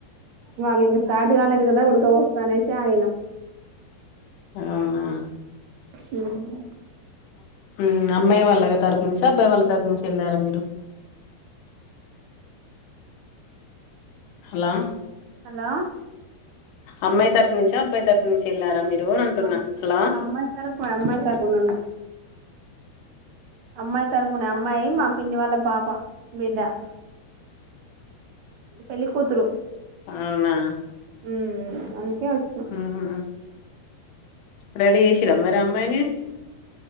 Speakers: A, on the right; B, on the left.
A: వాళ్ళు ఇంకా స్టార్ట్ కాలేదు కదా ఉడకపోస్తాది అన్ని ఆగినం
B: అవునా
A: హ్మ్
B: హ్మ్ అమ్మాయి వాళ్ళ తరపు నుంచా అబ్బాయి వాళ్ళ తరపు నుంచా వెళ్లరా మీరు హలో
A: హలో
B: అమ్మాయి తరపు నుంచా అబ్బాయి తరపు నుంచి వెళ్ళారా మీరు అని అంటున్నా
A: అబ్
B: హలో
A: అమ్మయి తరుపు అమ్మయి తరపునుండి అమ్మాయ్ తరపునే అమ్మాయి మా పిన్ని వాళ్ళ పాప బిడ్డ ఆ ఆ పెళ్ళి కూతురు
B: అవునా
A: హ్మ్ అందుకే వచ్చినం
B: ఉహు రెడీ చేసిరా మరి అమ్మాయిని